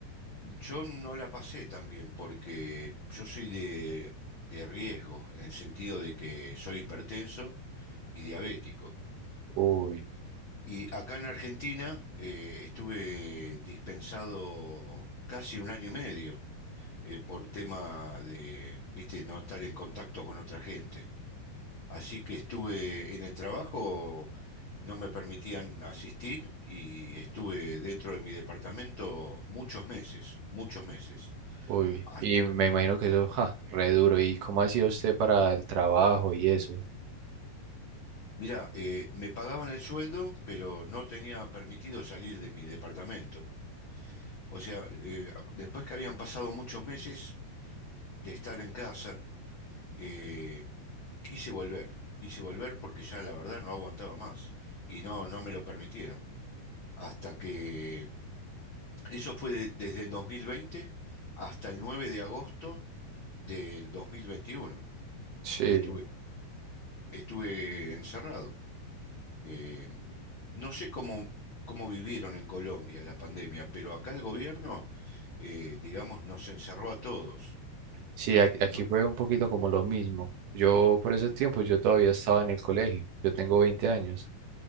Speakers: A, on the left; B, on the right.
A: yo no la pasé tan bien, porque yo soy de, de riesgo, en el sentido de que soy hipertenso y diabético.
B: Uy,
A: Y acá en Argentina eh, estuve dispensado casi un año y medio eh, por tema de, viste, no estar en contacto con otra gente. Así que estuve en el trabajo, no me permitían asistir y estuve dentro de mi departamento muchos meses, muchos meses.
B: uy,
A: Hasta,
B: y me imagino que eso, ja, re duro. ¿Y cómo hacía usted para el trabajo y eso?
A: mira, eh, me pagaban el sueldo, pero no tenía permitido salir de mi departamento. O sea, eh, después que habían pasado muchos meses de estar en casa, eh, quise volver, quise volver porque ya la verdad no aguantaba más y no, no me lo permitieron. Hasta que Eso fue de- desde el 2020 hasta el 9 de agosto del 2021
B: Sí,
A: que estuve, estuve encerrado. Eh, no sé cómo, cómo vivieron en Colombia la pandemia, pero acá el gobierno, eh, digamos, nos encerró a todos.
B: sí, ac- aquí
A: No-
B: fue un poquito como lo mismo. Yo por esos tiempos, yo todavía estaba en el colegio, yo tengo 20 años.